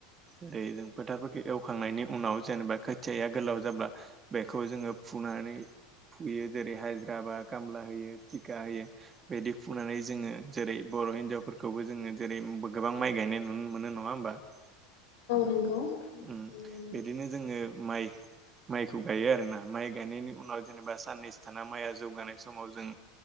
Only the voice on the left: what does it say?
नंगौ नुनो
मोनो